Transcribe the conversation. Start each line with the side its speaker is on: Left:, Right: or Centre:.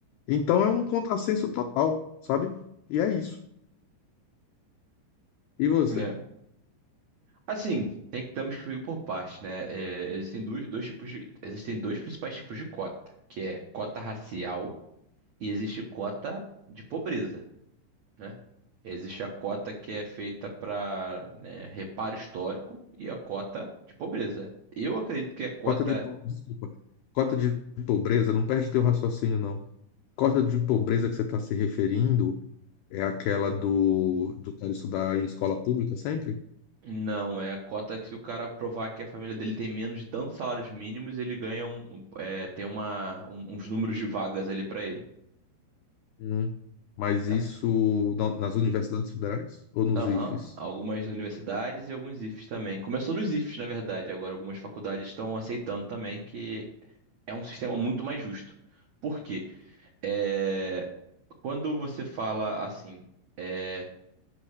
Left: Então é um contrassenso total, sabe? E é isso. E você?
Right: É. Assim, tem que temos que ir por parte, né? É, existem dois, dois tipos de, existem dois principais tipos de cota, que é cota racial e existe cota de pobreza. né? Existe a cota que é feita para, reparo histórico e a cota de pobreza. Eu acredito que a cota
Left: Cota de, po- desculpa. Cota de pobreza, não perde teu raciocínio, não. Cota de pobreza que você está se referindo é aquela do, do cara estudar em escola pública sempre?
Right: não é a cota que se o cara provar que a família dele tem menos de tantos salários mínimos, ele ganha um, um- é, tem uma, um- uns números de vagas ali para ele.
Left: Hum. Mas
Right: É-
Left: isso na- nas universidades federais ou nos
Right: Aham,
Left: IFES?
Right: Algumas universidades e alguns IFES também. Começou nos IFES, na verdade, agora algumas faculdades estão aceitando também que é um sistema muito mais justo. Por quê? É, Quando você fala assim, é,